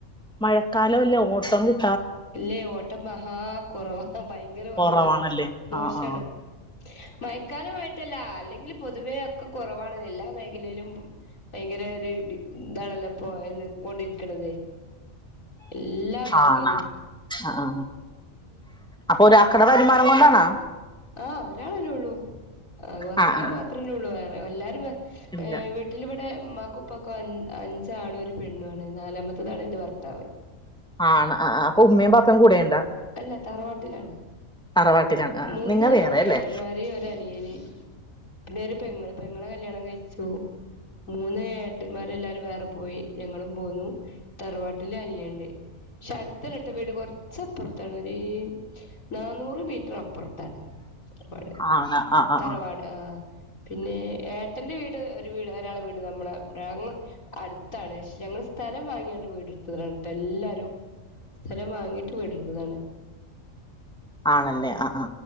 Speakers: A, in the centre; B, on the left.
A: മഴക്കാലം അല്ല ഓട്ടം കിട്ട
B: ല്ലേ ഓട്ടം മഹാ കൊറവാ ഭയങ്കര കൊറവാ
A: കുറവാണല്ലേ
B: മോശാണ്
A: ആ ആ
B: മയക്കാലമായ്ട്ടല്ല അല്ലെങ്കിൽ പൊതുവേ ഒക്ക കൊറവാണ് എല്ലാ മേഖലയിലും വയ്ങ്കര രു താണല്ലോ പ്പൊ ഇന്ന് പോയി കൊണ്ടിരിക്കണത് എല്ലാ മേഖലിം
A: ആണാ ആ ആ അപ്പൊരാക്കട വരുമാനം കൊണ്ടാണാ
B: ആ ഒരാളല്ലേ ഉള്ളൂ ഭർത്താവ്
A: ആ ആ
B: മാത്രല്ലേള്ളൂ വേറെ എല്ലാരും വെ
A: ഇല്ല
B: വീട്ടിലിവടെ മ്മാക്കുപ്പാക്കും അ അഞ്ചാണു ഒരു പെണ്ണു ആണ് നാലാമത്തതാണ് ന്റെ ഭർത്താവ്
A: ആണ് അ അ അപ്പോ ഉമ്മേം ബാപ്പേം കൂടെണ്ടാ
B: അല്ല തറവാട്ടിലാണ്
A: തറവാട്ടിലാണ് ആ
B: മൂന്ന്
A: നിങ്ങ വേറെ അല്ലേ
B: ഏട്ടന്മാരീ ഒരനിയനീ പിന്നെ ഒരു പെങ്ങള് പെങ്ങളെ കല്യാണം കയ്ച്ചു മൂന്ന് ഏട്ടന്മാരെല്ലാരും വേറെ പോയി ഞങ്ങളും പോന്നു തറവാട്ടിലനിയണ്ട് ഷട്ത്തല്ലട്ടോ വീട് കൊർച്ചപ്പറം തണരീ നാന്നൂറ് മീറ്ററപ്പർത്താണ് വാട്
A: ആണ് ആ ആ
B: തറവാട്
A: ആ
B: ആഹ് പിന്നെ ഏട്ടന്റെ വീട് ഒരു വീട് ഒരാളെ വീട് നമ്മളെ <unintelligible> ങ്ങ് അട്ത്താണ് ഷെ ഞങ്ങള് സ്ഥലം വാങ്യാണ്ട് വീട് എട്ത്തതാണ് ട്ടെല്ലാരും സ്ഥലം വാങ്ങീട്ട് വിട് ട്ത്തതാണ്
A: ആണല്ലേ അഹ് ആ